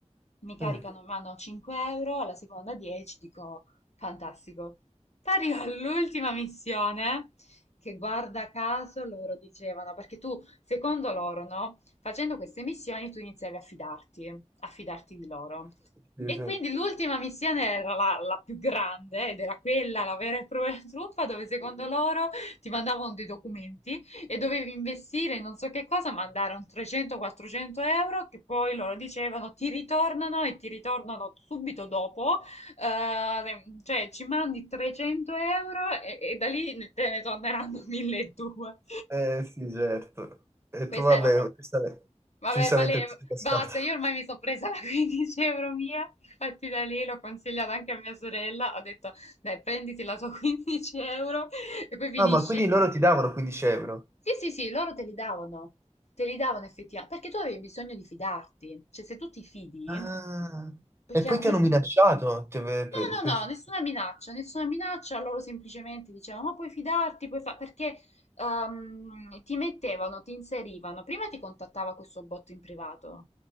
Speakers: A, on the left (about 65°); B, on the right (about 20°).
A: mi caricano
B: Mm.
A: in mano 5 euro, alla seconda 10, dico fantastico. Arrivo all'ultima missione che guarda caso loro dicevano, perché tu, secondo loro, no? Facendo queste missioni tu iniziavi a fidarti, a fidarti di loro.
B: Sì,
A: E
B: sì.
A: quindi l'ultima missione era la, la più grande ed era quella, la vera e propria truffa, dove secondo loro ti mandavano dei documenti e dovevi investire in non so che cosa, mandare un 300-400 euro che poi loro dicevano ti ritornano e ti ritornano subito dopo eh, cioè, ci mandi 300 euro e, e da lì ne- te ne torneranno <laughs> 1200.
B: Eh sì, certo. E
A: Questa
B: tu, vabbè,
A: era proprio...
B: giustamente,
A: Vabbè,
B: giustamente
A: vale,
B: ti sei cascato.
A: basta, io ormai mi sono presa la 15 euro mia, infatti da lì l'ho consigliata anche a mia sorella, ho detto, dai, prenditi la tua <laughs> 15 euro e poi finisce
B: Ah, ma quindi
A: lì.
B: loro ti davano 15 euro?
A: Sì, sì, sì, loro te li davano, te li davano effettivamente, perché tu avevi bisogno di fidarti, cioè se tu ti fidi,
B: Ah,
A: poi
B: e
A: chiaro,
B: poi ti
A: noi-
B: hanno minacciato? Ti ave-
A: No,
B: per- per-
A: no, no, nessuna minaccia, nessuna minaccia, loro semplicemente dicevano, ma puoi fidarti, puoi fare, perché ehm, ti mettevano, ti inserivano, prima ti contattava questo botto in privato,